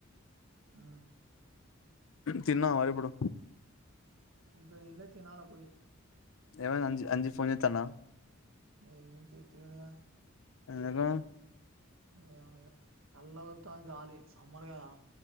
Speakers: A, on the right; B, on the left.
A: ఆ
B: తిన్నావారా ఇప్పుడు
A: ఇంకా తిన్లే తినాల పోయి
B: ఏమైంది అంజి అంజి ఫోన్ చేతండ
A: ఏ చేతలేడూగా
B: ఎందుకు
A: ఏమో ఇగ చల్లగా వస్తాంది గాలి సమ్మర్ కదా